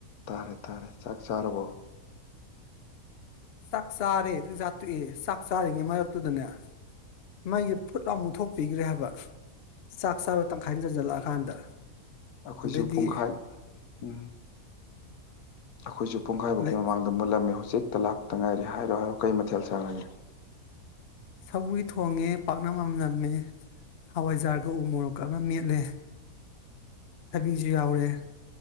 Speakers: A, on the left; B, on the left.
A: ꯇꯥꯔꯦ ꯇꯥꯔꯦ ꯆꯥꯛ ꯆꯔꯕꯣ꯫
B: ꯆꯥꯛ ꯆꯥꯔꯦ ꯆꯥꯛ ꯆꯥꯇꯣꯛꯑꯦ ꯆꯥꯛ ꯆꯥꯔꯤꯉꯩ ꯃꯔꯛꯇꯨꯗꯅꯦ꯫ ꯃꯩꯁꯦ ꯐꯨꯠ ꯂꯥꯎ ꯃꯨꯛꯊꯣꯛꯄꯤꯈ꯭ꯔꯦ ꯍꯥꯏꯕ ꯆꯥꯛ ꯆꯥꯕ ꯇꯪꯈꯥꯏ ꯆꯟꯖꯜꯂꯛꯑꯀꯥꯟꯗ꯫
A: ꯑꯩꯈꯣꯏꯁꯨ
B: ꯑꯗꯩꯗꯤ
A: ꯄꯨꯡꯈꯥꯏ ꯎꯝ ꯑꯩꯈꯣꯏꯁꯨ꯫ ꯄꯨꯡꯈꯥꯏ ꯃꯨꯀꯤ
B: ꯑꯗꯩ
A: ꯃꯃꯥꯡꯗ ꯃꯨꯜꯂꯝꯃꯤ ꯍꯧꯖꯤꯛꯇ ꯇꯂꯥꯛꯄꯗ ꯉꯥꯏꯔꯤ ꯍꯥꯏꯔꯣ ꯍꯥꯏꯔꯣ ꯀꯩ ꯃꯊꯦꯜ ꯁꯥꯔꯒꯦ꯫
B: ꯁꯧꯒꯔꯤ ꯊꯣꯡꯉꯦ ꯄꯥꯛꯅꯝ ꯑꯃ ꯅꯝꯃꯦ꯫ ꯍꯋꯥꯏꯖꯥꯔꯒ ꯎ ꯃꯣꯔꯣꯛꯀ ꯑꯃ ꯃꯦꯠꯂꯦ꯫ ꯊꯕꯤꯁꯨ ꯌꯥꯎꯔꯦ